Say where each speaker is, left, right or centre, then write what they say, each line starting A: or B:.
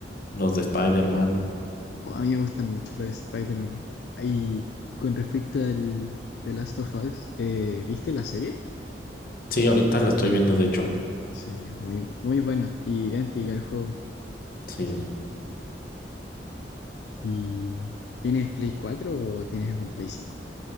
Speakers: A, on the left (about 55°); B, on the left (about 70°).
A: los de Spider-Man.
B: Oh, a mí me gustan mucho los de Spider-Man. Y con respecto al The Last of Us, eh, ¿viste la serie?
A: Sí, ahorita la estoy viendo, de hecho.
B: Sí, muy, muy buena. Y idéntica al juego.
A: Sí,
B: Eso. ¿Y tienes Play 4 o tienes un Play cinco